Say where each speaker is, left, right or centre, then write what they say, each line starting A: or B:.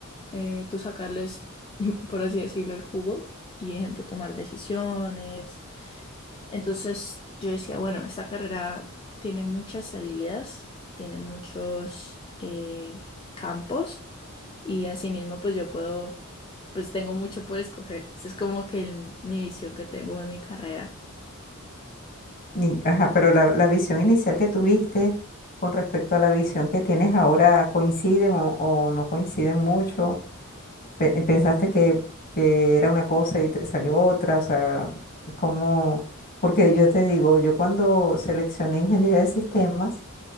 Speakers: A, on the left; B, on the left.
A: eh, tú sacarles, <laughs> por así decirlo, el jugo y, ejemplo, tomar decisiones. Entonces yo decía, bueno, esta carrera tiene muchas salidas, tiene muchos eh, campos y asimismo pues yo puedo, pues tengo mucho por escoger. Esa es como que el- mi visión que tengo de mi carrera.
B: Ni- ajá, pero la, la visión inicial que tuviste con respecto a la visión que tienes ahora, ¿coinciden o, o no coinciden mucho? Pe- ¿Pensaste que, que era una cosa y te salió otra? O sea, ¿cómo? Porque yo te digo, yo cuando seleccioné ingeniería de sistemas,